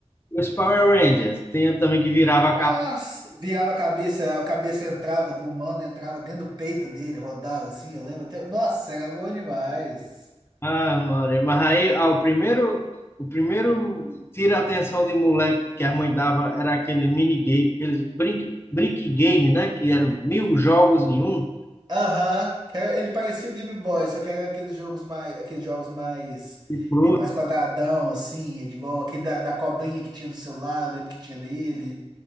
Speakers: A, on the left (about 20°); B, on the right (about 40°).
A: Os Power Rangers. Tem também que virava
B: Nossa,
A: a capa.
B: virava a cabeça, a cabeça entrava do humano, entrava dentro do peito dele, rodava assim, eu lembro até. Nossa, era bom demais.
A: Ah, mano. Mas aí, ah, o primeiro. O primeiro tira a atenção de moleque que a mãe dava era aquele minigame, aqueles brick, brick game, né? Que eram mil jogos em um.
B: Aham. Era- Ele parecia o Game Boy, só que era aqueles jogos mais, aqueles jogos mais,
A: E, pro-
B: é, mais quadradão, assim, igual aquele da, da cobrinha que tinha no celular, eu lembro que tinha nele.